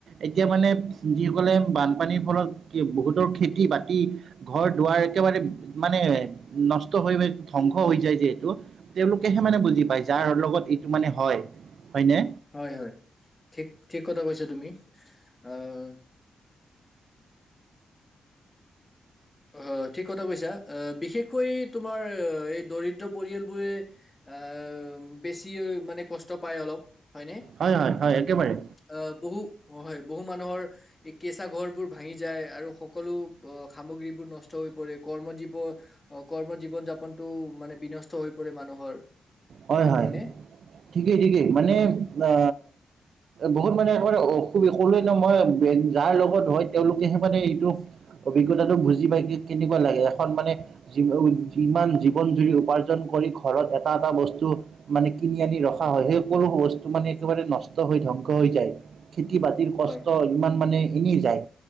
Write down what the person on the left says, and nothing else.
হয় হয় ঠিক ঠিক কথা কৈছা তুমি। আহ অ ঠিক কথা কৈছা। আহ বিশেষকৈ তোমাৰ এই দৰিদ্ৰ পৰিয়ালবোৰে আহ বেছি মানে কষ্ট পায় অলপ হয়নে?
অ বহু হয় বহু মানুহৰ এই কেঁচা ঘৰ বোৰ ভাঙি যায় আৰু সকলো অ সামগ্ৰী নষ্ট হৈ পৰে। কৰ্ম জীৱন কৰ্ম জীৱন যাপনতটো মানে বিনষ্ট স্থ হৈ পৰে মানুহৰ।
হয়নে
হয়